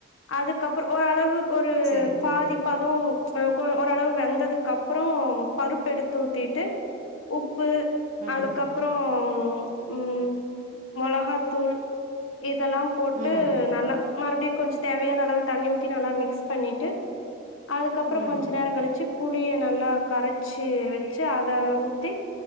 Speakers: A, on the left; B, on the right.
A: அதுக்கப்புறு ஓரளவு ஒரு
B: செரிங்க தோழி
A: பாதிப்பதோ நமுக்கு ஓர ஓரளவு வெந்ததுக்கப்றோ பருப்பு எடுத்து ஊத்திட்டு உப் பு
B: ம்
A: அதுக்கப்றோம் ம் ம் மொளகாதூள் இதெல்லா போட்டு
B: ம்
A: நல்லா மறுப்டி கொஞ்ச் தேவையான அளவு தண்ணி ஊத்தி நல்லா மிக்ஸ் பண்ணிட்டு அதுக்கப்றோ
B: ம்
A: கொஞ்சு நேரங் கழிச்சு புளிய நல்லா கரச்சு வெச்சு அத ஊத்தி